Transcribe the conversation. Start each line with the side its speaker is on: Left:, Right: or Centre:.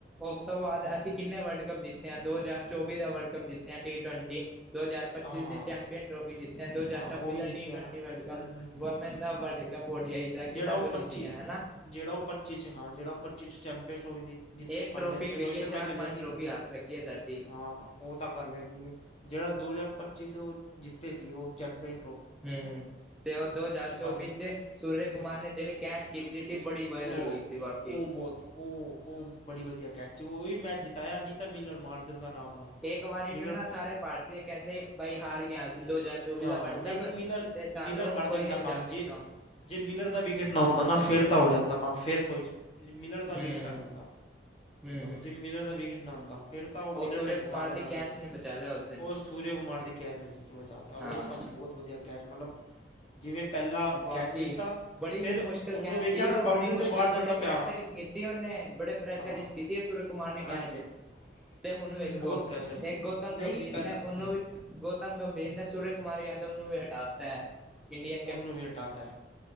Centre: ਉਸ ਤੋਂ ਬਾਅਦ,
Left: ਹਾਂ
Centre: ਅਸੀਂ ਕਿੰਨੇ ਵਰਲਡ ਕੱਪ ਜਿੱਤ- ਤੇ ਆ। ਦੋ ਹਜ਼ਾਰ ਚੌਵੀ, ਦਾ ਵਰਲਡ ਕੱਪ ਜਿੱਤਿਆ, ਟੀ ਟਵੈਂਟੀ। ਦੋ ਹਜ਼ਾਰ ਪੱਚੀ
Left: ਹਾਂ
Centre: ਦੀ ਚੈਂਪੀਅਨ ਟਰੋਫੀ- ਜਿੱਤਿਆ। ਦੋ ਹਜ਼ਾਰ
Left: ਹਾਂ
Centre: ਛੱਬੀ,
Left: ਉਹ ਵੀ
Centre: ਦਾ
Left: ਜਿੱਤਿਆ
Centre: ਟੀ ਟਵੈਂਟੀ, ਵਰਲਡ ਕੱਪ
Left: ਹੂੰ ਹੂੰ
Centre: <unintelligible>
Left: ਹੂੰ
Centre: ਦਾ ਵਰਲਡ ਕੱਪ ਓਡੀਆਈ
Left: ਜਿਹੜਾ
Centre: ਕਿੰਨਾ
Left: ਉਹ
Centre: ਕੁਝ ਜਿੱਤ ਗਿਆ। ਹਨਾ।
Left: ਜਿਹੜਾ ਉਹ ਪੱਚੀ ਚ, ਹਾਂ ਜਿਹੜ ਉਹ ਪੱਚੀ ਚ ਚੈਂਪੀਅਸ, ਔ ਵੀ- ਜਿੱਥੇ
Centre: ਇੱਕ
Left: ਫਾਈਨਲ
Centre: ਟਰੋਫੀ
Left: ਚ। ਰੋਹਿਤ
Centre: ਗਈ
Left: ਸ਼ਰਮਾ
Centre: ਹੈ ਚਾਰ
Left: ਹੀ ਚੱਲਿਆ
Centre: ਪੰਜ
Left: ਸੀ,
Centre: ਟਰੋਫੀ ਹੱਥ ਲੱਗੀ ਹੈ ਸਾਡੀ
Left: ਹਾਂ। ਉਹ ਤਾਂ, ਗੱਲ ਹੈਗੀ ਐ। ਜਿਹੜਾ ਦੋ ਹਜ਼ਾਰ ਪੱਚੀ ਸੇ ਉਹ ਜਿੱਤੇ ਸੀ। ਉਹ ਚੈਂਪੀਅਨ-
Centre: ਹੂੰ, ਤੇ ਉਹ ਦੋ ਹਜ਼ਾਰ ਚੌਵੀ
Left: ਪਾਰੀ
Centre: ਚ, ਸੂਰਜ ਕੁਮਾਰ
Left: ਹਾਂ
Centre: ਨੇ ਜਿਹੜੀ ਕੈਚ ਕੀਤੀ ਸੀ। ਬੜੀ ਵਾਇਰਲ
Left: ਉਹ
Centre: ਹੋਈ ਸੀ। ਸੀ। ਬਾਕੀ
Left: ਉਹ ਬਹੁਤ ਉਹ ਉਹ ਬੜੀ ਵਧੀਆ ਕੈਸ ਸੀ, ਉਹੀ ਮੈ ਜਿਤਾਇਆ ਨਹੀਂ ਤਾਂ ਮਿਲਨ ਮਾਰ ਦਿਣ ਦਾ ਨਾਮ ਨਾਲ
Centre: ਇੱਕ ਵਾਰੀ
Left: ਮਿਲਰ
Centre: ਨੂੰ ਨਾ ਸਾਰੇ ਭਾਰਤੀ ਕਹਿੰਦੇ ਬਾਈ ਹਾਰ ਗਿਆ ਸੀ, ਦੋ ਹਜ਼ਾਰ ਚੌਵੀ
Left: ਹਾਂ
Centre: ਦਾ
Left: ਹਾਂ
Centre: ਵਰਲਡ
Left: ਨਹੀਂ
Centre: ਕੱਪ
Left: ਨਹੀਂ ਮਿਲਰ
Centre: ਤੇ ਸਾਨੂੰ
Left: ਮਿਲਰ ਕਰ
Centre: ਕੋਈ
Left: ਦਿੰਦਾ
Centre: ਨੀ ਬਚਾ
Left: ਕੰਮ
Centre: ਸਕਦਾ
Left: ਜੇ ਜੇ ਮਿਲਰ ਦਾ ਵਿਕਟ ਨਾ ਹੁੰਦਾ, ਨਾ ਫਿਰ ਤਾਂ ਹੋ ਜਾਂਦਾ ਕੰਮ ਫਿਰ ਕੋਈ ਮਿਲਰ ਦਾ
Centre: ਹੂੰ,
Left: ਵਿਕਟ ਆ ਜਾਂਦਾ,
Centre: ਹੂੰ
Left: ਜੇ ਮਿਲਰ ਦਾ ਵਿਕਟ ਨਾ ਆਉਂਦਾ ਫਿਰ ਤਾਂ ਉਹ ਮਿਲਣ
Centre: ਸੂਰਯ
Left: ਨੇ ਜਿਤਾ
Centre: ਕੁਮਾਰ
Left: ਦੇਣਾ
Centre: ਦੀ ਕੈਚ
Left: ਸੀ,
Centre: ਨੇ ਬਚਾ ਲਿਆ ਦਿਨ।
Left: ਉਸ ਸੂਰੁ ਕੁਮਾਰ ਦੀ ਕੈਚ ਨੇ <unintelligible> ਬਚਾਤਾ ਉਹ
Centre: ਹਾਂ।
Left: ਤਾਂ ਬਹੁਤ ਵਧੀਆ ਕੈਚ ਮਤਲਬ ਜਿਵੇਂ ਪਹਿਲਾ
Centre: ਬਾਕੀ
Left: ਕੈਚ ਲਿੱਤਾ,
Centre: ਬੜੀ
Left: ਫਿਰ
Centre: ਮੁਸ਼ਕਿਲ
Left: ਉਹਨੂੰ
Centre: ਕੈਚ
Left: ਵੇਖਿਆ
Centre: ਸੀ
Left: ਮੈਂ
Centre: ਉਹ
Left: ਬਾਊਂਡਰੀ
Centre: ਬੜੀ ਮੁਸ਼ਕਿਲ
Left: 'ਤੇ ਬਾਹਰ ਜਾਂਦਾ
Centre: ਬੜੇ ਪ੍ਰੈਸ਼ਰ
Left: ਪਿਆ।
Centre: ਵਿੱਚ ਕੀਤੀ ਉਹਨੇ ਬੜੇ ਪ੍ਰੈਸ਼
Left: ਹਾਂ
Centre: ਚ ਕੀਤੀ ਸੂਰਅ ਕੁਮਾਰ ਨੇ
Left: ਹਾਂਜੀ
Centre: ਕੈਚ ਤੇ ਹੁਣ
Left: ਹੂੰ
Centre: ਵੇਖੋ,
Left: ਬਹੁਤ ਪ੍ਰੈਸ਼ਰ ਸੀ
Centre: ਇਹ ਗੌਤਮ
Left: ਨਹੀਂ
Centre: ਗੰਭੀਰ
Left: ਪਹਿਲ
Centre: ਨੇ ਉਹਨੂੰ
Left: ਹਾਂ
Centre: ਵੀ- ਗੌਤਮ ਗੰਭੀਰ ਨੇ ਸੂਰ ਕੁਮਾਰ ਯਾਦਵ ਨੂੰ ਵੀ ਹਟਾ ਤਾ ਐ ਇੰਡੀ-
Left: ਉਹਨੂੰ ਵੀ ਹਟਾ ਤਾ